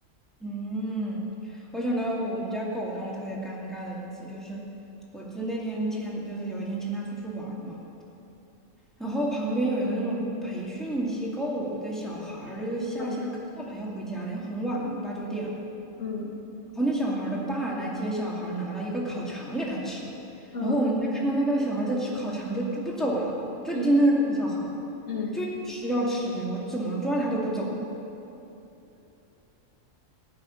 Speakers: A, in the centre; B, on the left.
A: 嗯，我想到我们家狗让我特别尴尬的一次，就是我就那天牵，就是有一天牵它出去玩儿嘛，然后旁边有一个那种培训机构的小孩儿，就下下课了，
B: 嗯
A: 要回家了，也很晚了，八九点了。
B: 嗯
A: 然后那小孩儿的爸来接小孩儿拿了一个烤肠给他吃。
B: 嗯，
A: 然后我们家看到那个小孩儿在吃烤肠就，就不走了，就盯着那个小孩儿
B: 嗯嗯，
A: 就要吃要吃的，我怎么拽他都不走。